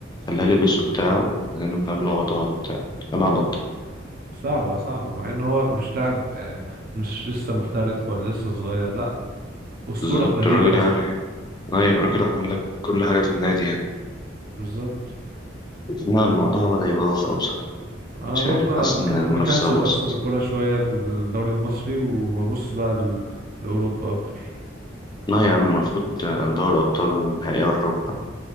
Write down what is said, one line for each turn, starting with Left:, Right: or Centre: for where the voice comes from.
Left: خلاه لبس وبتاع وبعدين قال له اقعد اقعد وبتاع العبط
Right: صعبة صعبة مع ان هو مش لاعب آه، مش لسه محترف ولا لسه صغير لا اسطورة
Left: بالظبط
Right: في ناديك
Left: الراجل
Right: اصلا
Left: يعني أيوة الراجل عمل لك كل حاجة في النادي يعني
Right: بالظبط
Left: لا الموضوع بدأ يبقى واخد بصراحة
Right: انا
Left: مش
Right: برضو
Left: عارف
Right: انا
Left: حاسس
Right: مكا-
Left: إن المنافسة
Right: مكنسل
Left: باظت
Right: اصلا الكوره شوية في الدوري المصري وببص بقى ل- لاوروبا اكتر
Left: لا يا عم المفروض دوري أبطال نهائي أوروبا